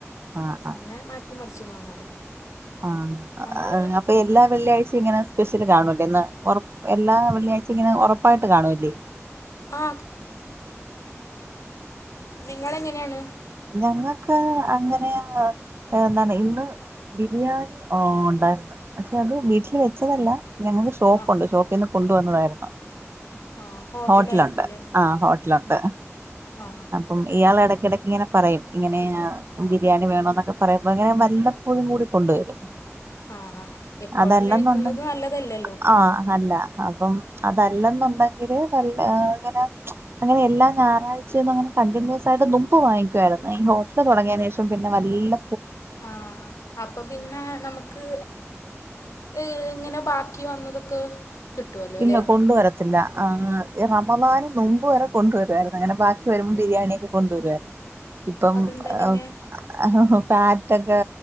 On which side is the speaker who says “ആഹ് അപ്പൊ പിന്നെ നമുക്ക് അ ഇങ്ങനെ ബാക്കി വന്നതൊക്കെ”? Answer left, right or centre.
Left